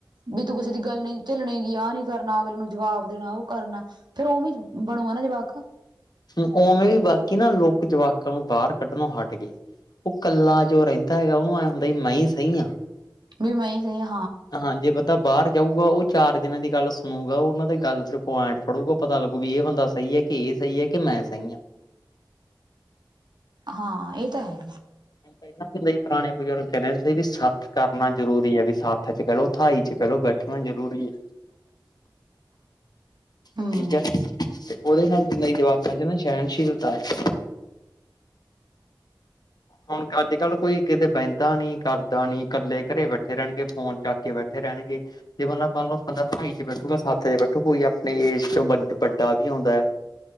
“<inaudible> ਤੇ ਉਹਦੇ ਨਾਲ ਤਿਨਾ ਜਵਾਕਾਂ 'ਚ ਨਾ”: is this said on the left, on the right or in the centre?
Left